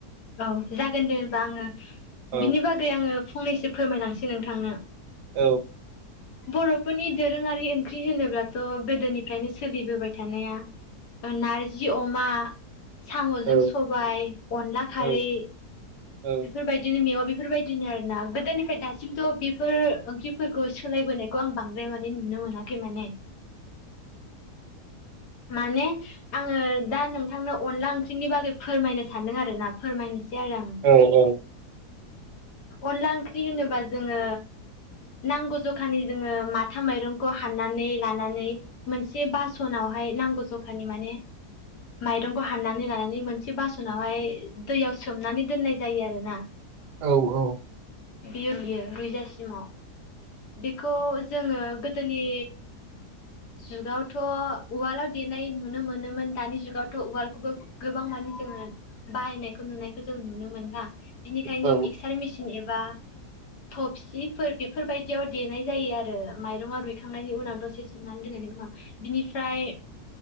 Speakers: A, on the left (about 80°); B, on the right (about 85°).
A: औ जागोन दे होनबा आङो
B: औ
A: बिनि बा गै आङो फंनैसो फोरमायलांसै नोंथांनो।
B: औ
A: बर'फोरनि दोरोङा रि ओंख्रि होनोब्लाथ' गोदोनिफ्रायनो सोलिबोबाय थानाया ओ नारजि अमा साम'जों
B: औ
A: सबाय अनला खारै
B: औ औ
A: बेफोरबायदिनो <unintelligible> बेफोरबायदिनो आरो ना गोदोनिफ्राय दासिमथ' बेफोर ओंख्रिफोरखौ सोलायबोनायखौ आं बांद्राय माने नुनो मोनाखै माने। माने आङो दा नोंथांनाव अनला ओंख्रिनि बागै फोरमायनो सानदों आरो ना फोरमायनोसै आरो आं
B: औ औ
A: अनला ओंख्रि होनोबा जोङो नांगौ जखानि जोङो माथा माइरंखौ हाननानै लानानै मोनसे बासनावहाय नांगौ जखानि माने माइरंखौ हाननानै लानानै मोनसे बासनावहाय दैयाव सोमनानै दोननाय जायो आरोना
B: औ औ
A: बियो रुइयो रुइजासिमाव बेखौ जोङो गोदोनि जुगावथ' उवालाव देनाय नुनो मोनोमोन दानि जुगावथ' उवाल खौबो गोबां माने जोङो बाहायनायखौ नुनायखौ जों नुनो मोनला बिनिखायनो
B: औ
A: मिक्चार मेसिन एबा थफसिफोर बेफोरबायदियाव देनाय जायो आरो माइरङा रुइखांनायनि उनाव दसे संनानै दोननायनि उनाव बिनिफ्राय